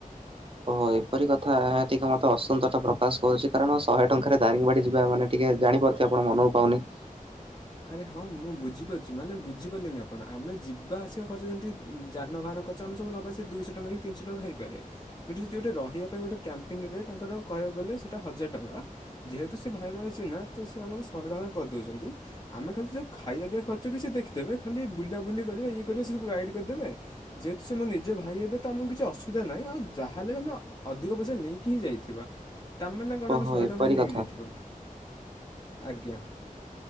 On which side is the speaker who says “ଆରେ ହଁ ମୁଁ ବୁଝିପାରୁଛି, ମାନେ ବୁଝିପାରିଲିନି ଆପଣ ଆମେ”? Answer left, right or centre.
Left